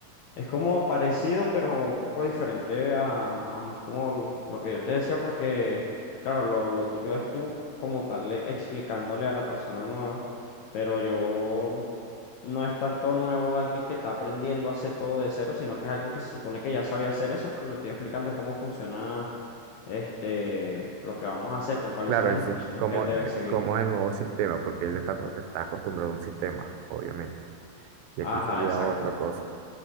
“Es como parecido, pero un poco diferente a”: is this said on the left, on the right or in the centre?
Left